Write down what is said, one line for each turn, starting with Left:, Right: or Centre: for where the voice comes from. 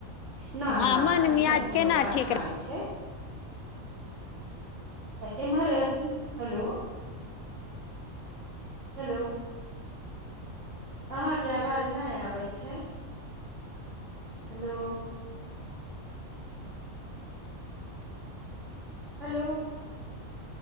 Right: ना
Left: हँ
Right: ना
Left: मन
Right: ना ऐसन
Left: मियाज
Right: कोनो
Left: केना
Right: बात
Left: ठीक रह
Right: नहि छै इम्हर एथिन हेलो हेलो अहाँकेँ आवाज नहि आबैत छै हेलो हेलो